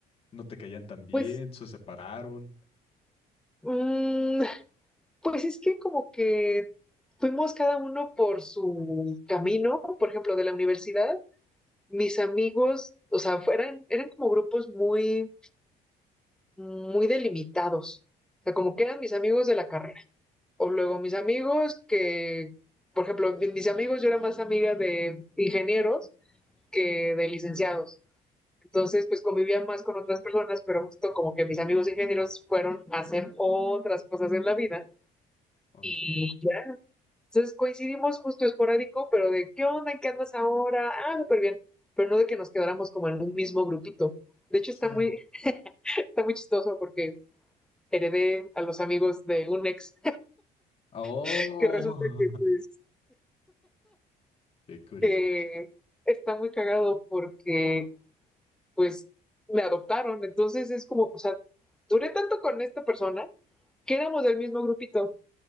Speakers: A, on the left; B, in the centre.
A: no te caían tan bien,
B: Pues,
A: se separaron.
B: mmm, pues es que como que fuimos cada uno por su camino, por ejemplo, de la universidad, mis amigos, o sea, eran, eran como grupos muy, muy delimitados. O sea, como que eran mis amigos de la carrera. O luego mis amigos que, por ejemplo, mis amigos, yo era más amiga de ingenieros que de licenciados. Entonces, pues convivía más con otras personas, pero justo como que mis amigos ingenieros fueron a hacer otras cosas en la vida
A: Ok.
B: y Entonces coincidimos justo esporádico, pero de qué onda, en qué andas ahora, ah, súper bien, pero no de que nos quedáramos como en un mismo grupito. De hecho,
A: Sí.
B: está muy, <laughs> está muy chistoso porque heredé a los amigos de un ex
A: Oh,
B: <laughs> que resulta que pues
A: <laughs> Qué curioso.
B: eh, está muy cagado porque pues me adoptaron. Entonces es como, o sea, duré tanto con esta persona que éramos del mismo grupito.